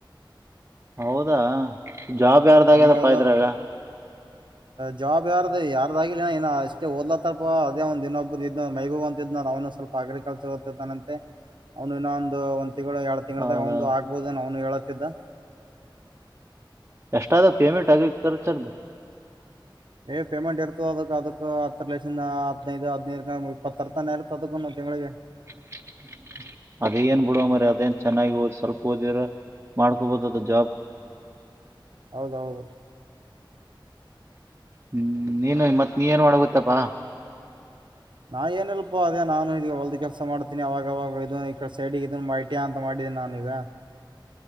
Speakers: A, on the right; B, on the right.
A: ಹೌದಾ ಜಾಬ್ ಯಾರ್ದಾಗ್ಯದಪ್ಪ
B: ಎಮ್ ಎ ಓದ್ಲತ್
A: ಇದ್ರಾಗ
B: ಜಾಬ್ ಯಾರ್ದು ಯಾರ್ದಾಗ್ಲಿಲ್ಲ ಇನ ಅಷ್ಟೇ ಓದಲತ್ತಾರಪ್ಪ ಅದೇ ಒಂದ ದಿನೊಬ್ಬ ಇದ್ ಮೈಬು ಅಂತ ಇದ್ ಅವ್ನ <unintelligible> ಸ್ವಲ್ಪ ಅಗ್ರಿಕಲ್ಚರ್ <unintelligible> ತೆ ಅವನು ಇನ್ನೊ ಒಂದು ಒಂದ್ ತಿಂಗಳು ಎರಡು ತಿಂಗಳ್ದಾಗ
A: ಹೌದಾ
B: ಅವನು ಆಗ್ಬೋುದನ <unintelligible> ಅವನು ಹೇಳತಿದ್ದ
A: ಎಷ್ಟಾದ ಪೇಮೆಂಟ್ ಆಗಿ ರ್ಚ <unintelligible>
B: ಏ ಪೇಮೆಂಟ್ ಇರುತ ಅದಕ್ ಅದಕ್ ಹತ್ತರ ಲಕ್ಷದ ಹಡ್ನೈದು ಹೆಡ್ನೈದು ಇಪ್ಪತ್ತರ ತನ ಇರುತ ಅದಕ್ಕ ತಿಂಗಳಿಗೆ
A: ಹ <unintelligible> <inaudible> ಅದೇ ಏನ್ ಬಿಡುವ ಮರಯ ಅದೇನ್ ಚೆನ್ನಾಗಿ ಓದ್ ಸ್ವಲ್ಪ ಓದಿರ ಮಾಡ್ಕೋಬಹದು ಅದು ಜಾಬ್ <unintelligible>
B: <unintelligible> <inaudible> ಹೌದೌದು <unintelligible>
A: ಹ್ಮ್ ನೀನು ಮತ್ ನೀ ಏನ್ <unintelligible> ಒಳಗುತ್ತಪ್ಪಾ
B: ನಾ ಏನಲ್ಪ ಅದೇ ನಾನು ಇದಗ ಹೊಲ್ದ ಕೆಲಸ ಮಾಡ್ತೀನಿ ಅವವಾಗವಾಗ ಇದ ಈ ಸೈಡಿಗೆ ಇದನ್ ಮೈಟ ಅಂತ ಮಾಡಿ <unintelligible> <unintelligible> ನಾನಿಗ